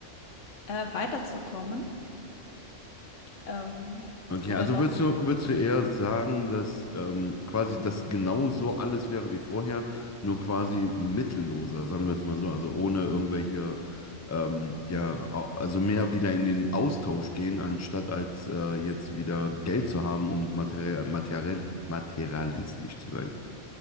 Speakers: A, on the left (about 80°); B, on the left (about 15°).
A: äh, weiterzukommen ähm,
B: Okay,
A: oder
B: also
A: noch
B: würdest du, würdest du eher sagen, dass ähm, quasi das genauso alles wäre wie vorher, nur quasi mittelloser, sagen wir es mal so, also ohne irgendwelche, ähm, ja, au- also mehr wieder in den Austausch gehen, anstatt als äh, jetzt wieder Geld zu haben und materie materie materialistisch zu sein.